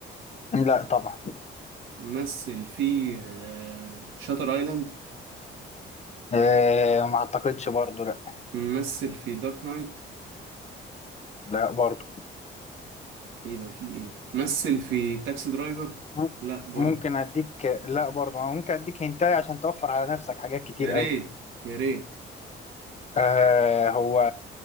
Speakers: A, on the left; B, on the right.
A: لا طبعا
B: مثل في شاتر ايلاند
A: آه ما اعتقدش برضو لا
B: مثل في دارك نايت
A: لا برضو
B: ايه ده في ايه مثل في تاكسي درايفر
A: مم-
B: لا برضه
A: ممكن اديك لا برضو ممكن اديك هنتاي عشان توفر على نفسك حاجات كتير
B: يا ريت
A: قوي
B: يا ريت
A: آه هو